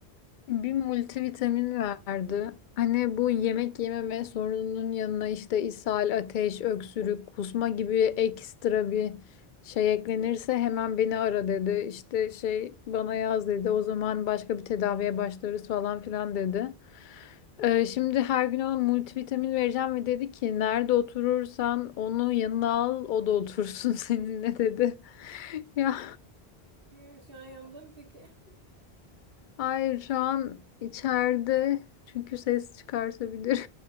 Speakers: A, on the left; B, on the right.
A: Bir multivitamin verdi. Hani bu yemek yememe sorununun yanına işte ishal, ateş, öksürük, kusma gibi ekstra bir şey eklenirse hemen beni ara dedi. İşte şey bana yaz dedi. O zaman başka bir tedaviye başlarız falan filan dedi. Ee, şimdi her gün ona multivitamin vereceğim ve dedi ki nerede oturursan onu yanına al o da otursun <laughs> seninle dedi. Ya
B: Ya şu an yandım peki. <laughs>
A: hayır şu an içeride çünkü ses çıkartabilir.